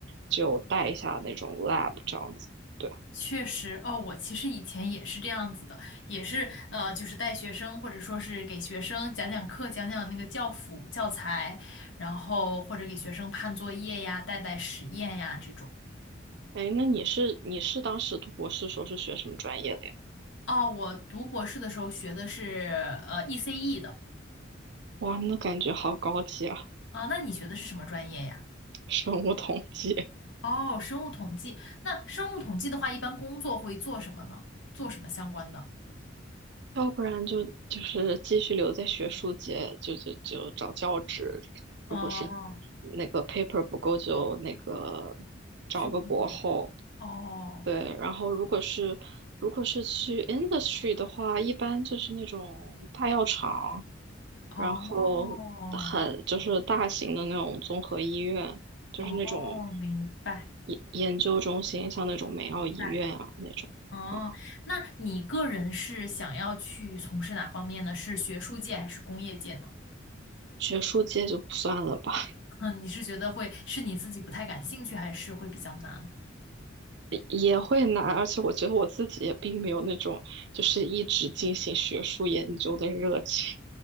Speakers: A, on the right; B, on the left.
A: 就带一下那种 lab 这样子。对，
B: 确实，哦，我其实以前也是这样子的，也是呃，就是带学生或者说是给学生讲讲课，讲讲那个教辅教材，然后或者给学生判作业呀、带带实验呀这种。
A: 哎，那你是你是当时读博士时候是学什么专业的呀？
B: 哦，我读博士的时候学的是呃 ECE 的
A: 哇，那感觉好高级啊，
B: 啊，那你学的是什么专业呀？
A: <laughs> 生物统计。
B: 哦，生物统计。那生物统计的话，一般工作会做什么呢？做什么相关的？
A: 要不然就就是继续留在学术界，就就就找教职。
B: 哦，
A: 如果是那个 paper 不够，就那个找个博后。
B: 去估计哦
A: 对，然后如果是如果是去 industry 的话，一般就是那种大药厂，
B: 哦。
A: 然后很就是大型的那种综合医院，就是那种
B: 哦，明白。
A: 研研究中心，像那种梅奥医院啊那种啊，
B: 白哦，那你个人是想要去从事哪方面呢？是学术界还是工业界呢？
A: 学术界就不算了吧，
B: <laughs> 嗯，你是觉得会是你自己不太感兴趣，还是会比较难？
A: <laughs> 也也会难，而且我觉得我自己也并没有那种就是一直进行学术研究的热情